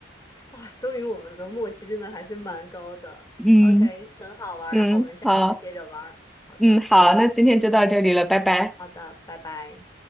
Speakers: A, on the left; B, in the centre.
A: 哇，说明我们的默契真的还是蛮高的。
B: <laughs> 嗯
A: OK，很好玩儿，
B: 嗯，
A: 然后我们下次接着玩儿。
B: 好，
A: 好的，
B: 嗯好，那今天就到这里了，拜拜。
A: 好的，拜拜。